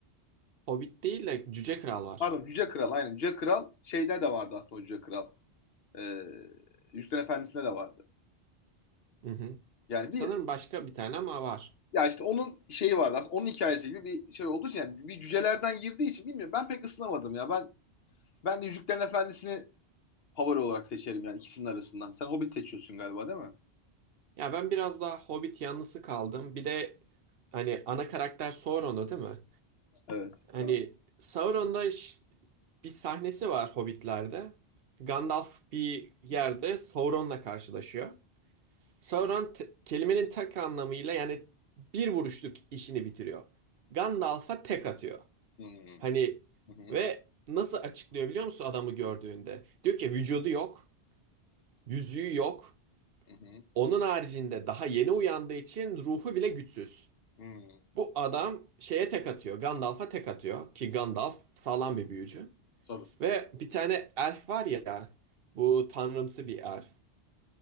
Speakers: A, on the right; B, on the left.
A: Hobbit değil de Cüce Kral var.
B: Pardon Yüce Kral aynen. Yüce Kral şeyde de vardı aslında o Yüce Kral. E, Yüzüklerin Efendisi'nde de vardı.
A: Hı hı.
B: Yani
A: Sanırım
B: bir
A: başka bir tane ama var.
B: ya işte onun şeyi vardı aslında onun hikayesi gibi bir şey olduğu için yani bir cücelerden girdiği için bilmiyorum ben pek ısınamadım ya. Ben ben de Yüzüklerin Efendisi'ni favori olarak seçerim yani ikisinin arasından. Sen Hobbit seçiyorsun galiba değil mi?
A: Ya ben biraz daha Hobbit yanlısı kaldım. Bir de hani ana karakter Sauron'u değil mi?
B: Evet.
A: Hani
B: Galiba.
A: Sauron'da ş- bir sahnesi var Hobbit'lerde. Gandalf bir yerde Sauron'la karşılaşıyor. Sauron te- kelimenin tek anlamıyla yani bir vuruşluk işini bitiriyor. Gandalf'a tek atıyor.
B: Hmm,
A: Hani
B: Hı hı.
A: ve nasıl açıklıyor biliyor musun adamı gördüğünde? Diyor ki vücudu yok, yüzüğü yok.
B: Hı hı.
A: Onun haricinde daha yeni uyandığı için ruhu bile güçsüz.
B: hmm.
A: Bu adam şeye tek atıyor. Gandalf'a tek atıyor. Ki Gandalf sağlam bir büyücü.
B: Sarı.
A: Ve bir tane elf var ya. Bu tanrımsı bir elf.